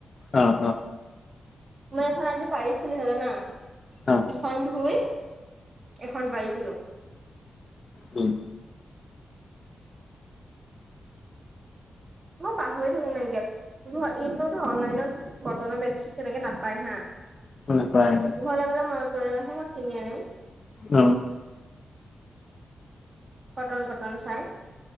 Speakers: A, on the left; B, on the right.
A: অ-অ।
B: মই এখন আজি পাৰিছিলোহে জানা।
A: অ'
B: ইখন ধুই এখন পাৰিছিলো।
A: উম!
B: মই পাহৰি থাকো মেনকে। <inaudible> এইবোৰতো অনলাইনত কটনৰ বেডছিট তেনেকে নাপায় হা।
A: নাপায়
B: ঘৰলে গ'লে মনত পেলাই দিবাচোন, মই কিনি আনিম।
A: অ।
B: কটন-কটন চাই।